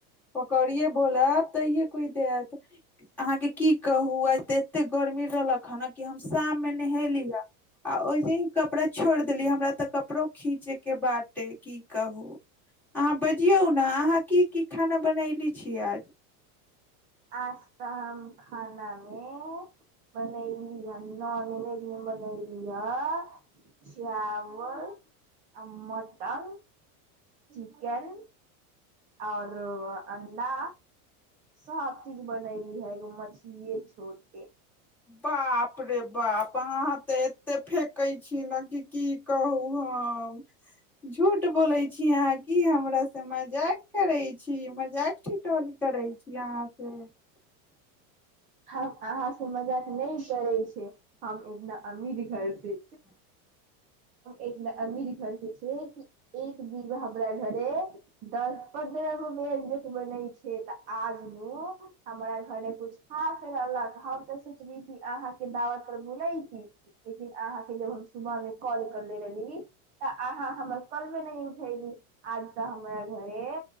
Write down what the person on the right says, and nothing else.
पास्ता हम खाना मे बनलिय है नॉन वेज मे बनैली ह चावल आ मटन चिकेन आओर अंडा सब चीज बनली है एगो मछलीे छोड़ के
हम अहाँ से मजाक नहि करै छै हम एकतना अमीर घर से एक अमीरी खर्स छै कि एक बीरावरा घर दस पन्दर ग के नीक बनाै छि त आज न हमरा घर कुछ खास रहलक हम ते सोचली कि अहाँ के दावत त भुले की लेकिन अहाँ के जब हम सुबह मे कॉल करले रहली तऽ अहाँ हमर कलमे नहि उठली आज तऽ हमरा घरे